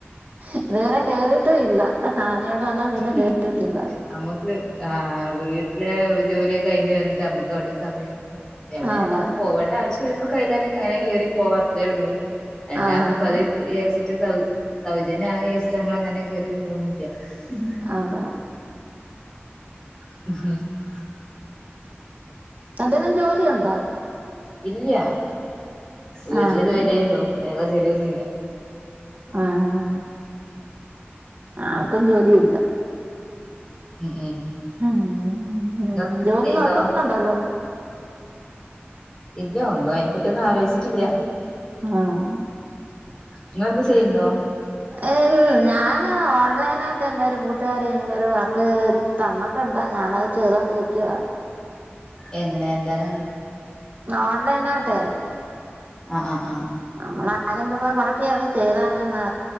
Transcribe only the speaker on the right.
ഇതുവരെ കേയറിട്ടും ഇല്ല ആദ്യായിട്ട് വന്നാ പിന്നെ
കേറിയിട്ടില്ല
അതെ
ആഹ്
അവ
എന്തേലും ജോലി ഒണ്ടോ
ആഹ്
ആഹ് ആർക്കും ജോലി ഇല്ല
ഉം
ജോലി
നോക്കുന്നുണ്ടോ വല്ലോം
ആഹ്
ഏൽ ഞാന് ആഹ് ഓൺലൈൻ ആയിട്ട് എന്റെ ഒരു കൂട്ടുകാരി എനിക്കൊരു വർക്ക് തന്നിട്ടുണ്ട് ഞാനത് ചെയ്തോണ്ടിരിക്കുവാ
ഓൺലൈൻ ആയിട്ടേ
നമ്മള് ആയിരം രൂപ മുടക്കിയാ അത് ചെയ്‌തേക്കുന്നെ